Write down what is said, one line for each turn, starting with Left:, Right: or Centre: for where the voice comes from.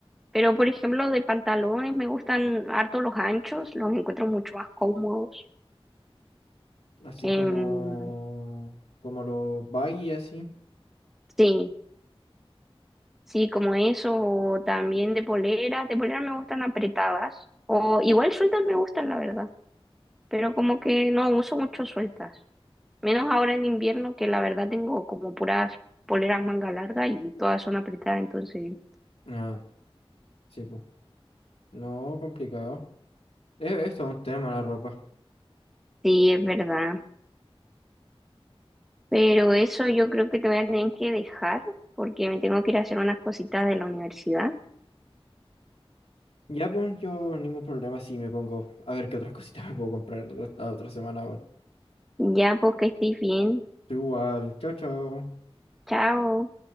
Centre: pero por ejemplo, de pantalones me gustan harto los anchos, los encuentro mucho más cómodos.
Left: Así
Centre: Em,
Left: como, como los baggy, así.
Centre: sí, sí, como eso, o también de poleras, de poleras me gustan apretadas, o igual sueltas me gustan, la verdad, pero como que no uso mucho sueltas, menos ahora en invierno que la verdad tengo como puras poleras manga larga y todas son apretadas, entonces
Left: Ah, sí, pues. No, complicado. Es, es todo un tema la ropa.
Centre: sí, es verdad. Pero eso yo creo que te voy a tener que dejar porque me tengo que ir a hacer unas cositas de la universidad.
Left: Ya, pues, yo ningún problema si me pongo a ver qué otras cositas <laughs> me puedo comprar la otra la otra semana. weón.
Centre: Ya, pues que estés bien.
Left: Tú Igual, chao, chao.
Centre: Chao.